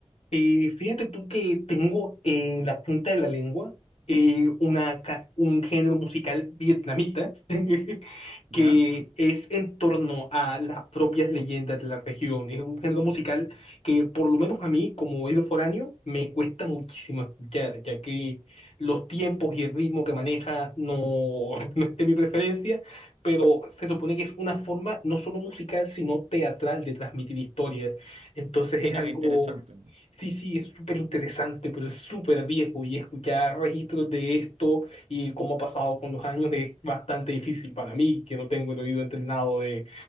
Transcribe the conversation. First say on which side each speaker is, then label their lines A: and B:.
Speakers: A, on the left; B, on the right.
A: Eh, fíjate tú que tengo en la punta de la lengua eh, una, ca- un género musical vietnamita <laughs> que
B: ¿Ya?
A: es en torno a las propias leyendas de la región. Es un género musical que por lo menos a mí, como oído foráneo, me cuesta muchísimo escuchar, ya que los tiempos y el ritmo que maneja no, <laughs> no es de mi preferencia, pero se supone que es una forma no solo musical, sino teatral de transmitir historias. Entonces
B: Mira
A: es algo...
B: qué interesante,
A: Sí, sí, es súper interesante, pero es súper viejo y escuchar registros de esto y cómo ha pasado con los años es bastante difícil para mí, que no tengo el oído entrenado de